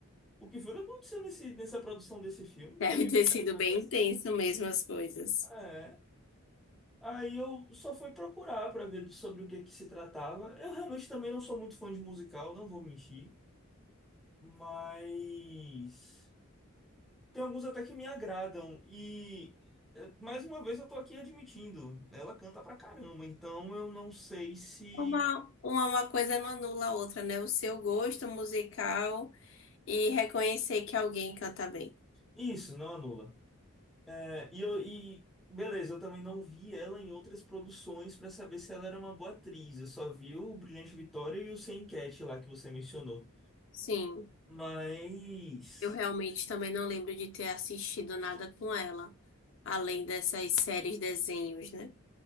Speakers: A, in the centre; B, on the left.
A: o que foi que aconteceu nesse, nessa produção desse filme?
B: <laughs>
A: Foi
B: Deve
A: tão
B: ter sido
A: pesado
B: bem
A: assim.
B: intenso mesmo as coisas.
A: Ah, É. Aí eu só fui procurar pra ver sobre o que que se tratava. Eu realmente também não sou muito fã de musical, não vou mentir, mas. Tem alguns até que me agradam. E eh, mais uma vez eu tô aqui admitindo, ela canta pra caramba, então eu não sei se.
B: Uma, uma, uma coisa não anula a outra, né? O seu gosto musical e reconhecer que alguém canta bem.
A: Isso, não anula. É, e, eu- e beleza, eu também não vi ela em outras produções pra saber se ela era uma boa atriz. Eu só vi o Brilhante Vitória e o Sem Enquete lá que você mencionou.
B: Sim,
A: Mas.
B: eu realmente também não lembro de ter assistido nada com ela, além dessas séries desenhos, né?